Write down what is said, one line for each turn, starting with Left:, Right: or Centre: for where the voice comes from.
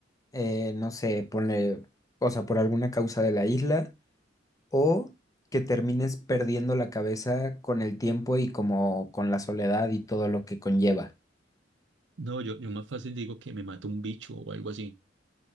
Left: eh, no sé, ponle, o sea, por alguna causa de la isla, o que termines perdiendo la cabeza con el tiempo y como con la soledad y todo lo que conlleva?
Right: No, yo, yo más fácil digo que me mata un bicho o algo así,